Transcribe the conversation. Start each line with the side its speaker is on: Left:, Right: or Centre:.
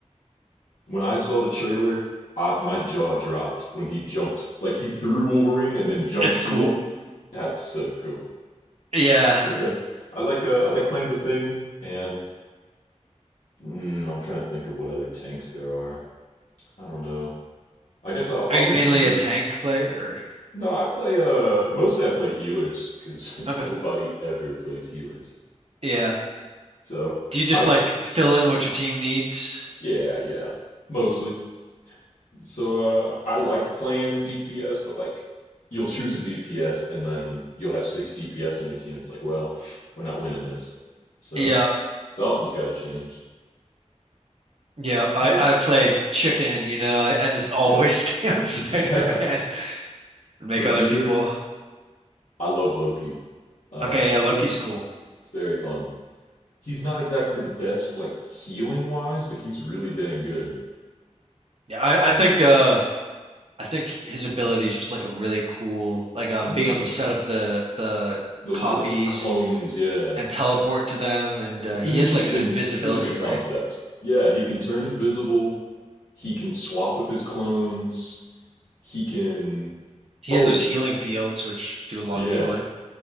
Left: When I saw the trailer, I, my jaw dropped when he jumped. Like he threw Wolverine and then jumped
Right: it's
Left: to
Right: cool.
Left: him. That's so cool.
Right: Yeah.
Left: So yeah, I like uh, I like playing the Thing, and mm, I'm trying to think of what other tanks there are. I don't know. I guess I'll
Right: Are
Left: I'll
Right: you
Left: do
Right: mainly
Left: Groot.
Right: a tank player
Left: No, I play uh mostly I play healers because
Right: or okay.
Left: <laughs> nobody ever plays healers.
Right: Yeah.
Left: So.
Right: Do you just
Left: I
Right: like fill in what your team needs?
Left: Yeah, yeah. Mostly. So uh, I like playing DPS, but like you'll choose a DPS and then you'll have six DPS on your team. It's like, well, we're not winning this. So
Right: Yeah.
Left: something's got to change.
Right: Yeah, I,
Left: But
Right: I play chicken, you know. I, I just always
Left: yeah,
Right: <laughs> stay on Spider-Man
Left: <laughs> yeah.
Right: and make
Left: For healer,
Right: other people.
Left: I love Loki. Uh,
Right: Okay, yeah, Loki's
Left: it's
Right: cool.
Left: it's very fun. He's not exactly the best like healing wise, but he's really dang good.
Right: Yeah, I,
Left: And
Right: I think uh I think his ability is just like a really cool like um
Left: I know
Right: being able to set up the the
Left: the little
Right: copies
Left: like clones, yeah.
Right: and teleport to them and uh,
Left: It's
Right: he
Left: an interesting,
Right: has like an invisibility,
Left: it's really good concept.
Right: right?
Left: Yeah, he can turn invisible. He can swap with his clones. He can.
Right: He
Left: Oh,
Right: has those healing fields which do a lot
Left: yeah,
Right: of healing.